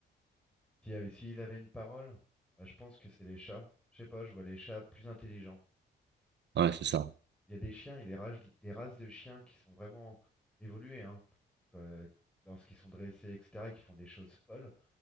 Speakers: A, in the centre; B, on the right (about 65°).
A: S'il avait, s'il avait une parole, bah, je pense que c'est les chats. Je sais pas, je vois les chats plus intelligents.
B: Ouais,
A: Je trouve,
B: c'est ça.
A: il y a des chiens, il y a des races de, des races de chiens qui sont vraiment évoluées, hein, euh, lorsqu'ils sont dressés, etc., et qui font des choses folles.